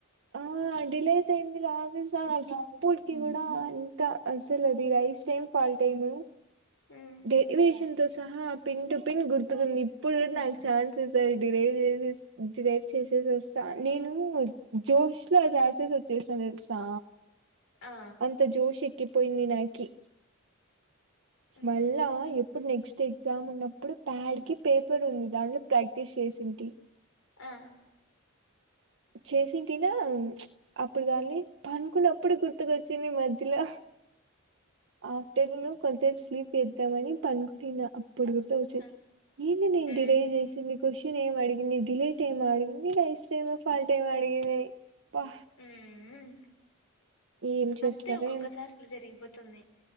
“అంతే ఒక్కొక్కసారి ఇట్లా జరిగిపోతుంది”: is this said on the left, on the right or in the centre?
Left